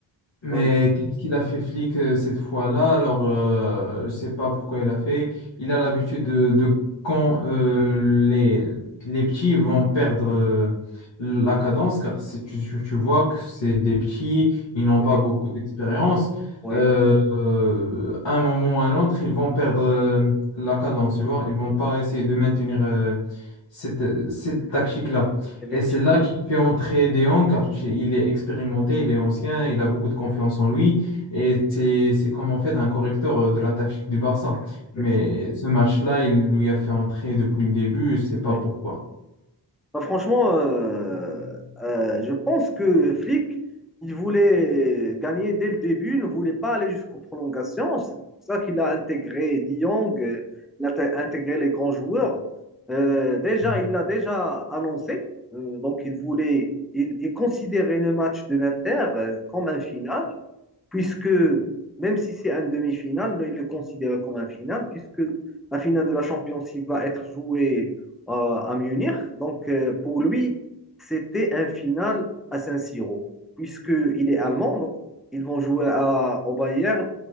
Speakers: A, on the left (about 80°); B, in the centre.
A: Mais
B: oui,
A: qu'est-ce qu'il a fait flic euh, cette fois-là? Alors, euh, je ne sais pas pourquoi il a fait. Il a l'habitude de, de quand euh, les, les petits vont perdre euh, la cadence, car c'est- tu, tu- tu vois que c'est des petits, ils n'ont
B: oui,
A: pas beaucoup d'expérience.
B: oui,
A: Euh, euh, à un moment ou à un autre, ils vont perdre euh, la cadence, tu vois. Ils vont pas essayer de maintenir euh, cette, cette tactique-là.
B: effectivement,
A: Et c'est là qu'il fait entrer Deon, car tu- il est expérimenté, il est ancien, il a beaucoup de confiance en lui. Et c'est c'est comme en fait un correcteur euh, de la tactique du Barça.
B: effectivement,
A: Mais ce match-là, il lui a fait entrer depuis le début, je sais pas
B: oui.
A: pourquoi.
B: Bah, franchement, euh, euh, je pense que Flick, il voulait gagner dès le début, il ne voulait pas aller jusqu'aux prolongations. C'est pour ça qu'il a intégré De Jong, euh, il a t- intégré les grands joueurs. Euh, déjà,
A: Mm.
B: il l'a déjà annoncé. Euh, donc, il voulait, il, il considérait le match de l'Inter euh, comme un final puisque même si c'est un demi-finale, il le considère comme un final, puisque la finale de la Champions League va être jouée euh, à Munich. Donc, euh, pour lui, c'était un final à Saint-Siro, puisqu'il est allemand, donc ils vont jouer à, au Bayern.